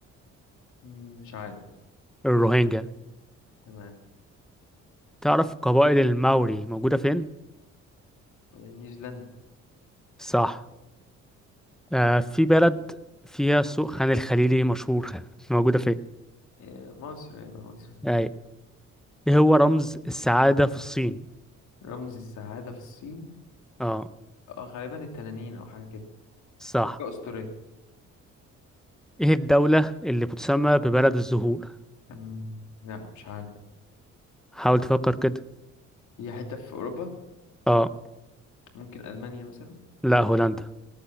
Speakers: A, on the left (about 75°); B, in the centre.
A: مم، مش عارف
B: الروهينجا
A: تمام
B: تعرف قبائل الماوري موجودة فين؟
A: إيه، نيوزيلندا
B: صح آه في بلد فيها سوق خان الخليلي مشهور <laughs> موجودة فين؟
A: إيه، مصر يبقى مصر
B: أي إيه هو رمز السعادة في الصين؟
A: رمز السعادة في الصين
B: آه
A: اه غالبا التنانين او حاجه كده
B: صح
A: حاجه اسطوريه
B: إيه الدولة اللي بتسمى ببلد الزهور؟
A: مم، لا مش عارف
B: حاول تفكر كده
A: هي حته في اوروبا
B: اه
A: ممكن المانيا مثلا
B: لا هولندا